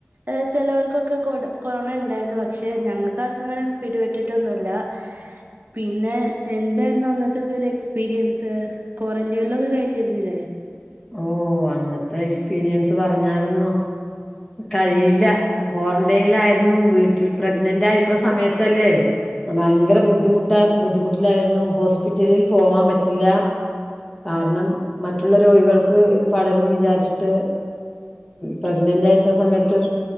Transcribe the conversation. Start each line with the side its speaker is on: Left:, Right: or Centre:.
Right: എഹ് ചിലോർ ക്കൊക്കെ കൊട കൊറോണ ഉണ്ടായിരുന്നു പക്ഷെ ഞങ്ങക്കാർക്കും അങ്ങനെ പിടിപെട്ടിട്ടൊന്നുല്ല. പിന്നെ എന്തായിരുന്നു അന്നത്തക്കെ ഒരു എക്സ്പീരിയൻസ്? ക്വാറന്റൈനിലൊക്കെ കഴിഞ്ഞിരുന്നില്ലേ?
Left: ഓ അന്നത്തെ എക്സ്പീരിയൻസ് പറഞ്ഞാലൊന്നു കഴിയില്ല ക്വാറന്റൈയ്ലായിരുന്നു വീട്ടിൽ പ്രഗ്നന്റ് ആയിരിക്കണ സമയത്തല്ലേ. ഭയങ്കര ബുദ്ധിമുട്ട ബുദ്ധിമുട്ടിലായിരുന്നു ഹോസ്പിറ്റലിൽ പോവാൻ പറ്റില്ല. കാരണം മറ്റുള്ള രോഗികൾക്ക് ഇത് പടരും വിചാരിച്ചിട്ട് പ്രഗ്നന്റ് ആയിരിക്കുന്ന സമയത്ത്.